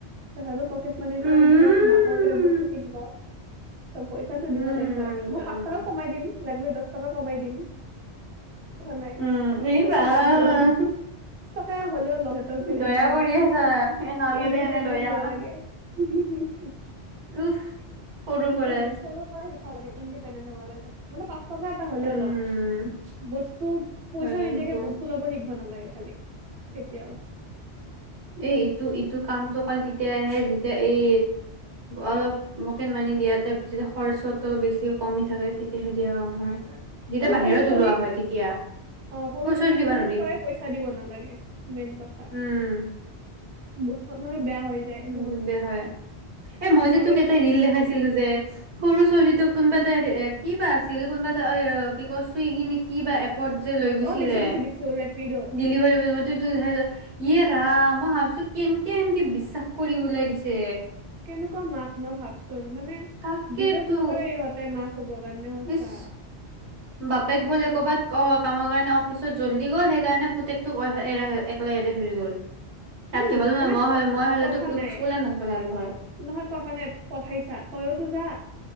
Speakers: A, on the right; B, on the right.
A: সিহঁতৰ পকেট মানিৰ পৰা
B: উম
A: মোক মাকৰ পৰা বস্তু কিনিব পইছাতো
B: উম
A: দিব লাগিবই, মই
B: উম
A: পাঁচ টকা কমাই দিম লাগিলে দহ টকা কমাই দিম। কথা নাই,
B: উম এই
A: পইচা
B: বা
A: ল'মতো ল'ম। পাঁচ টকা হলেও লম সিহঁতৰ পৰা
B: দয়া
A: যি নহওক
B: কৰি আছা এ নালগে
A: ইণ্ডিপেণ্ডেণ্ট
B: দে এনে দয়া
A: হব লাগে। <unintelligible>
B: উফ সৰুৰ পৰাই
A: পৰা শিকাব লাগে ইণ্ডিপেণ্ডেণ্ট হব লাগে মানে পাঁচ টকা এটা হলেও
B: উম
A: লম, বস্তু পইচা
B: হয় কিন্তু
A: নিদিয়াকে বস্তু ল'ব শিকিব না লাগে খালি কেতিয়াও।
B: এই ইটো ইটো কামটো অকল তেতিয়াহে যেতিয়া এই অলপ পকেট মানি দিয়াতে যেতিয়া খৰচাটো বেছি কমি থাকে তেতিয়াহে দিয়ে আমাৰ। যেতিয়া
A: আৰু
B: বাহিৰত
A: সৰু ছোৱালীক
B: ওলোৱা হয় তেতিয়া।
A: অ', সৰু
B: খৰচত
A: ছোৱালীক
B: দিবা
A: সৰুৰ
B: নোৱাৰি
A: পৰাই পইচা দিব নালাগে, মেইন কথা।
B: উম
A: <unintelligible> মানে বেয়া হৈ যায়
B: <unintelligible>
A: বহুত
B: বেয়া হয়। এ মই যে
A: আৰু
B: তোক
A: এই
B: এটা ৰীল দেখাইছিলো যে সৰু ছোৱালীতোক কোনোবা এটা <unintelligible> এ কিবা আছিল কোনোবা এটা কি কয় চুইগি নে কিবা এপ <unintelligible> যে লৈ গৈছিলে
A: অ দেখিছো দেখিছো দেখিছো ৰেপিড'
B: ডেলিভাৰ <unintelligible> ইয়ে ৰাম মই ভাবিছো কেনেকে এনকে বিশ্বাস কৰি ওলাই দিছে।
A: কেনেকুৱা মাক ন ভাবচোন, মানে
B: তাকেতো
A: বিজাৰ্ভ নকৰে ইহঁতে মাক হ'ব কাৰণে সঁচা।
B: ইচ বাপেক বোলে ক'ৰবাত কামৰ কাৰণে অফিচত জল্দি গ'ল সেইকাৰণে পুতেকটোক <unintelligible> একেলাই এৰি থৈ গ'ল।
A: <inaudible>
B: তাত <unintelligible>
A: মানে
B: মই মই হলেতো
A: কথা নাই
B: স্কুলে নপঠালো হয়।
A: নহয় কথা নাই পঠাইছা, তইয়োতো যা।